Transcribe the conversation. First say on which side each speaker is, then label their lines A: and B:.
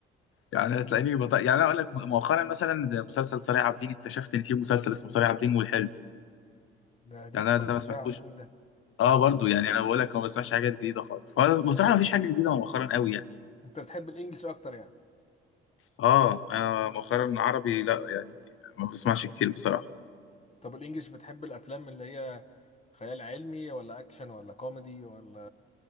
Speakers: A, on the left; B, on the left.
A: يعني هتلاقيني بط... يعني انا اقول لك مؤخرا مثلا زي مسلسل صريع عابدين اكتشفت ان في مسلسل اسمه صريع عابدين والحلو
B: ده قديم
A: يعني انا
B: قوي
A: ده ما سمعتوش
B: يا عابدين ده
A: اه برضو يعني انا بقول لك ما بسمعش حاجات جديده خالص هو بصراحه ما فيش حاجه جديده مؤخرا قوي يعني
B: انت بتحب الانجليش اكتر يعني
A: اه انا مؤخرا عربي لا يعني ما بسمعش كتير بصراحه
B: طب الانجليش بتحب الافلام اللي هي خيال علمي ولا اكشن ولا كوميدي ولا